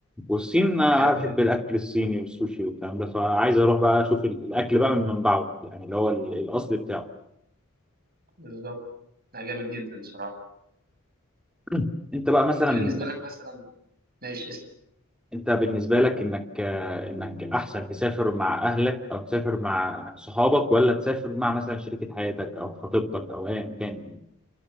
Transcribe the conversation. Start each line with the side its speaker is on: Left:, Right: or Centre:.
Centre: والصين انا
Right: جامد
Centre: بحب
Right: جدا
Centre: الاكل الصيني والسوشي والكلام ده فعايز اروح بقى اشوف الاكل بقى من منبعه يعني اللي هو ال- الاصل بتاعه
Right: بالظبط لا جامد جدا بصراحة
Centre: <clears throat> انت بقى مثلا
Right: طب أنت بالنسبة لك مثلا ماشي اسأل
Centre: انت بالنسبه لك انك انك احسن تسافر مع اهلك او تسافر مع صحابك ولا تسافر مع مثلا شريكه حياتك او خطيبتك او ايا كان